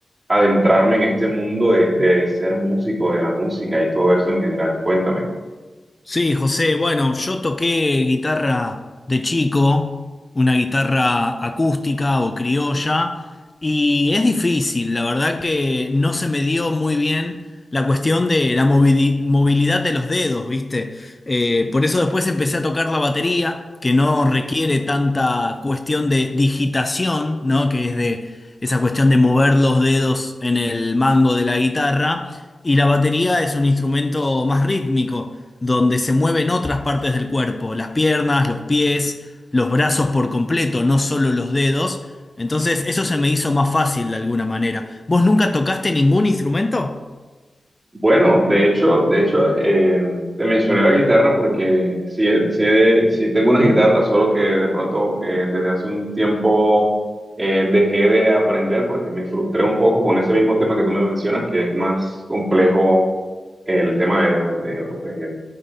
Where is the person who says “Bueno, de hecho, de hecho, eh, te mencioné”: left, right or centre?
Right